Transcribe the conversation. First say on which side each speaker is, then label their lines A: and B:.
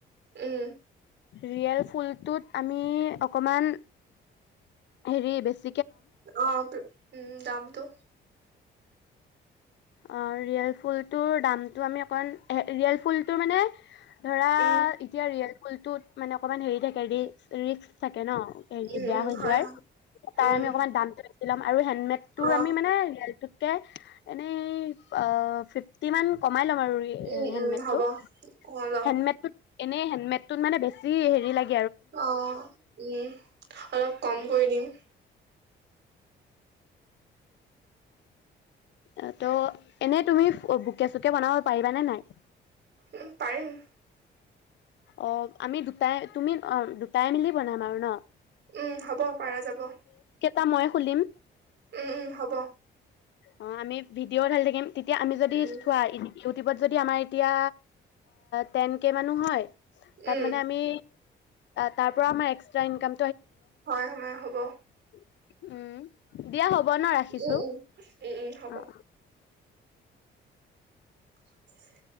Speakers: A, on the right; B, on the left.
A: উম
B: ৰিয়েল ফুলটোত আমি অকমান হেৰি বেছি
A: অ উম দামটো
B: অহ ৰিয়েল ফুলটোৰ দামটো আমি অকণ ৰিয়েল ফুলটো মানে ধৰা
A: উম
B: এতিয়া ৰিয়েল ফুলটোত মানে অকণমান হেৰি থাকে ৰি ৰিস্ক থাকে ন হেৰি
A: উম
B: বেয়া
A: উম
B: হৈ
A: হয়
B: যোৱাৰ
A: হয়
B: তাৰ
A: উম
B: আমি অকনমান দামটো বেচি ল'ম আৰু হেণ্ডমেডটোৰ
A: অ
B: আমি মানে ৰিয়েলটোত তে এহ মানে আহ ফিট টি মান কমাই ল'ম আৰু
A: উম
B: আহ হ্যাণ্ডমেডটো
A: উম হ'ব অলপ
B: হ্যাণ্ডমেডটোত এনে হ্যাণ্ডমেডটোত মানে বেছি ই হেৰি লাগি
A: অ উম অলপ কম কৰি দিম
B: আহ তো এনেই তুমি ফফ কেচু কে বনাব পাৰিবা নে নাই
A: উম পাৰিম
B: অ আমি দুটাই তুমি অ দুটাই মিলি বনাম আৰু ন
A: উম হ'ব পাৰা যাব
B: তা মই খুলিম
A: উম উম হ'ব
B: অ আমি ভিডিঅ'ও ধালি থাকিম তেতিয়া আমি যদি
A: উম
B: চোৱা ইদি ইউটিউবত যদি আমাৰ এতিয়া টেন কে মানুহ হয় তাত
A: উম
B: মানে আমি তাৰ পৰা আমাৰ এক্সটোৰা একষ্টা ইনকাম
A: হয় হয় হ'ব
B: উম দিয়া হ'ব ন ৰাখিছোঁ।
A: উম উম উম উম হ'ব
B: অ'
A: চি চি